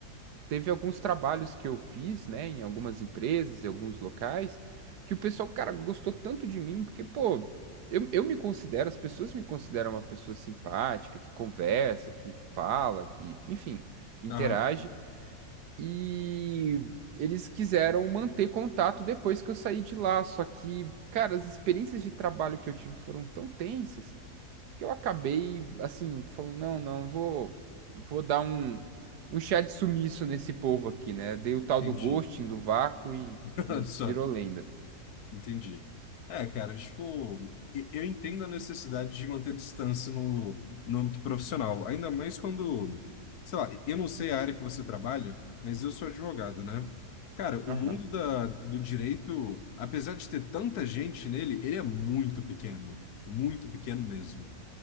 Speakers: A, on the right; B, on the left.
A: teve alguns trabalhos que eu fiz, né, em algumas empresas, em alguns locais, que o pessoal, cara, gostou tanto de mim, porque, pô, eu, eu me considero, as pessoas me consideram uma pessoa simpática, que conversa, que fala, que, enfim, interage,
B: Aham,
A: e eles quiseram manter contato depois que eu saí de lá, só que, cara, as experiências de trabalho que eu tive foram tão tensas que eu acabei, assim, falando, não, não, vou, vou dar um, um chá de sumiço nesse povo aqui, né? Dei o tal
B: entendi.
A: do ghosting, do vácuo e,
B: <laughs>
A: e
B: Só.
A: virou lenda.
B: Entendi. É, cara, tipo, e- eu entendo a necessidade de manter distância no, no âmbito profissional, ainda mais quando, sei lá, eu não sei a área que você trabalha, mas eu sou advogado, né? Cara, o
A: Aham.
B: mundo da, do direito, apesar de ter tanta gente nele, ele é muito pequeno, muito pequeno mesmo.